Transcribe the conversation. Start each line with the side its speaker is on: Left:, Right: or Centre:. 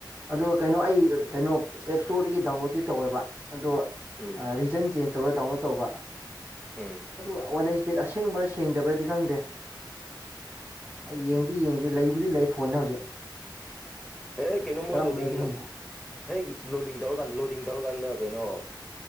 Right: ꯑꯗꯣ ꯀꯩꯅꯣ ꯑꯩ ꯀꯩꯅꯣ ꯑꯦꯞ ꯏꯁꯇꯣꯔꯗꯒꯤ ꯗꯥꯎꯟꯂꯣꯗꯇꯤ ꯇꯧꯋꯦꯕ ꯑꯗꯣ
Centre: ꯎꯝ
Right: ꯔꯤꯖꯟ ꯆꯦꯟꯖ ꯇꯧꯔꯒ ꯗꯥꯎꯟꯂꯣꯗ ꯇꯧꯕ
Centre: ꯎꯝ
Right: ꯑꯗꯨꯒ ꯋꯥꯔꯅꯦꯁ ꯄꯦꯠ ꯑꯁꯦꯡꯕ꯭ꯔꯥ ꯁꯦꯡꯗꯕ꯭ꯔꯗꯤ ꯈꯪꯗꯦ ꯑꯩ ꯌꯦꯡꯗꯤ ꯌꯦ ꯑꯗꯨ ꯂꯩꯕꯨꯗꯤ ꯂꯩ ꯐꯣꯟꯅꯗ ꯍꯧꯖꯤꯛ
Centre: ꯑꯦ ꯀꯩꯅꯣ ꯃꯣꯏ
Right: ꯀꯔꯝꯕꯅꯣꯗꯤ
Centre: ꯂꯣꯗꯤꯡ
Right: ꯈꯪꯗꯦ
Centre: ꯍꯦꯛ ꯂꯣꯗꯤꯡ ꯇꯧꯔꯀꯥꯟꯗ ꯂꯣꯗꯤꯡ ꯂꯣꯗꯤꯡ ꯇꯧꯔꯀꯥꯟꯗ ꯀꯩꯅꯣ